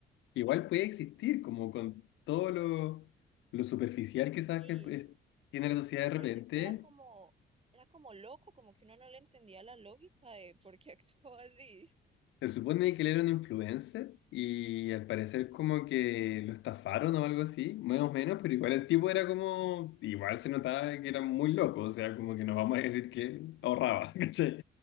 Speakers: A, on the left; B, on the right.
A: igual puede existir, como con todo lo, lo superficial que sabes
B: Sí,
A: que pues, tiene la sociedad
B: sí,
A: de
B: porque
A: repente,
B: era como, era como loco, como que uno no le entendía la lógica de por qué <laughs> actuaba así.
A: Se supone que él era un influencer y al parecer como que lo estafaron o algo así, más o menos, pero igual el tipo era como, igual se notaba que era muy loco, o sea, como que no vamos a decir que ahorraba, <laughs> ¿cachai?